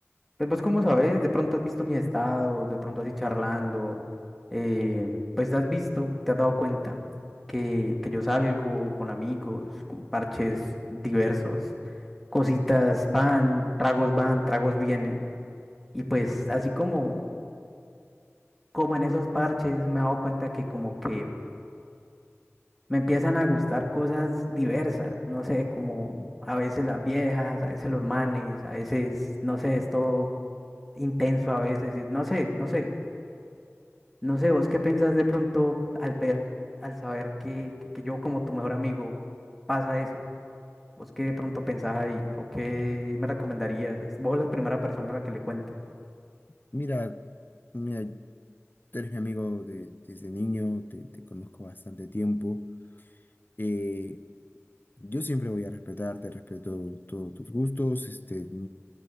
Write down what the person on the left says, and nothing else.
Mira, mira, tú eres mi amigo de- desde niño, te, te conozco bastante tiempo. Eh, yo siempre voy a respetarte, respeto todos tus gustos, este,